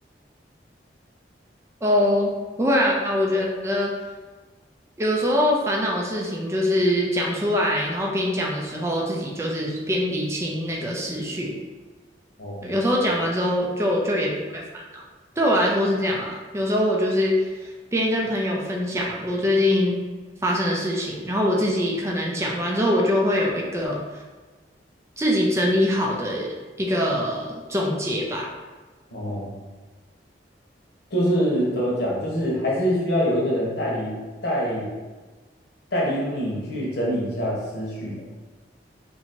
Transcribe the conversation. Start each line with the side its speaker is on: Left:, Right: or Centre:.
Right: 哦，不会啊，我觉得有时候烦恼的事情就是讲出来，然后边讲的时候自己就是边理清那个思绪，
Left: 哦
Right: 有时候讲完之后就就也不会烦。对我来说是这样啊，有时候我就是边跟朋友分享我最近发生的事情，然后我自己可能讲完之后，我就会有一个自己整理好的一个总结吧。
Left: 哦，就是怎么讲，就是还是需要有一个人代理代代理你去整理一下思绪的。